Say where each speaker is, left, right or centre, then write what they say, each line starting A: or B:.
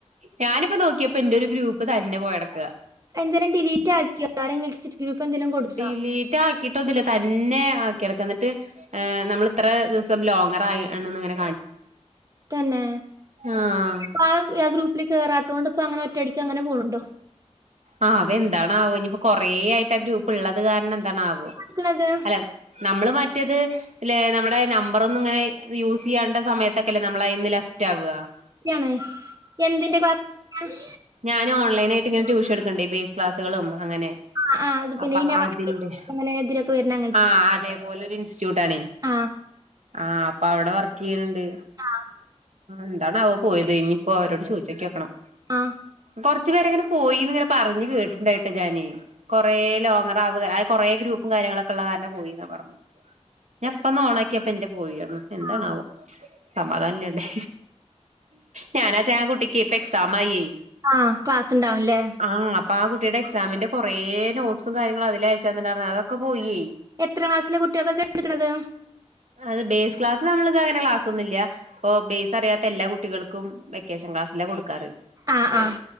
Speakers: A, on the right (about 75°); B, on the right (about 30°).
A: ഞാനിപ്പോ നോക്കിയപ്പോ എന്റെ ഒരു ഗ്രൂപ്പ് തന്നെ പോയടക്ക
B: എന്തേരം ഡിലീറ്റ് ആക്കിയോ ആരെങ്കിലും എക്സിറ്റ് ഗ്രൂപ്പ് എന്തേലും കൊടുത്താ
A: ഡിലീറ്റ് ആക്കിട്ടൊന്നല്ല തന്നെ ആക്കിടക്കിട്ട് നമ്മള ഇത്ര ദിവസം ലോങ്ങർ ആങ്ങനെ
B: തന്നെ
A: ആ
B: പ്പാ അ ഗ്രൂപ്പ്‌ പ്പില് കേറാത്തൊണ്ട്പ്പൊ അങ്ങനെ ഒറ്റയടിക്ക് അങ്ങനെ പോണുന്നുണ്ടോ
A: ആഹ് അവ എന്താണാവോ ഇനിയിപ്പോ കൊറേ ആയിട്ട് ആ ഗ്രൂപ്പ് ഇള്ളത് കാരണം ന്താണാവോ
B: ക്കണത്
A: അല്ല നമ്മള് മാറ്റി മറ്റതു നമ്മുടെ നമ്പറന്നും ഇങ്ങനെ യൂസ് ചെയ്യേണ്ട സമയത്തൊക്കെല്ലേ നമ്മളയിന്ന് ലെഫ്റ്റ് ആവ
B: ാണ് എന്തിന്റെ പാസ്സ്‌വേർഡ്‌
A: ഞാന് ഓൺലൈൻ ആയ്ട്ട് ഇങ്ങനെ ട്യൂഷൻ എടുക്കണ്ടേ ബേസ് ക്ലാസുകളും അങ്ങനെ
B: ആഹ് ആഹ് അത് പിന്നെ
A: അപ്പൊ
B: ഈ
A: അതിന്റെ
B: അങ്ങനെ ഇതിലൊക്കെ വരുന്ന
A: ആ അതേപോലെ ഒരു ഇൻസ്റ്റിറ്റ്യൂട് ആണേ
B: ആ
A: ആഹ് അപ്പ അവിടെ വർക്ക് ചെയ്യണണ്ട്
B: ആഹ്
A: എന്താണ് അവ പോയത് ഇനിയിപ്പോ അവരോട് ചോദിച്ചോക്കിക്കണം
B: ആ
A: കൊർച്ചു പേരെങ്ങനെ പോയിന്ന് ഇങ്ങനെ പറഞ്ഞ് കേട്ടിുണ്ടായിട്ടോ ഞാന് കൊറേ ലോങ്ങറ അവ കൊറേ ഗ്രൂപ്പും കാര്യങ്ങളൊക്കെ ഉള്ള കാരണം പോയിന്ന പറഞ്ഞു ഞാൻ പ്പന്ന് ഓണ ആാക്കിയപ്പ ഇന്റെ പോയാണും എന്താണാവോ
B: ആഹ്
A: സമാധാനല്ലണ്ടേ ഞാനാ ച ആ കുട്ടിക്ക് ഇപ്പ എക്സാം ആയേ.
B: ആഹ ക്ലാസ്സ് ഉണ്ടാവുംല്ലേ
A: ആഹ് അപ്പൊ ആ കുട്ടിയുടെ എക്സാമിന്റെ കൊറെേ നോട്സും കാര്യങ്ങളും അതില അയച്ചന്നിണ്ടായിരുന്നു അതൊക്കെ പോയേ
B: എത്ര ക്ലാസ്സിലെ കുട്ടികൾക്കൊക്കെ എടുക്കണത്
A: അത് ബേസ് ക്ലാസ് നമ്മൾ അങ്ങനെ ക്ലാസ് ഒന്നുല്ല അപ്പൊ ബേസ് അറിയാത്ത എല്ലാ കുട്ടികൾക്കും വെക്കേഷൻ ക്ലാസ്സ്‌ ലാ കൊടുക്കാറ്
B: ആഹ് ആഹ്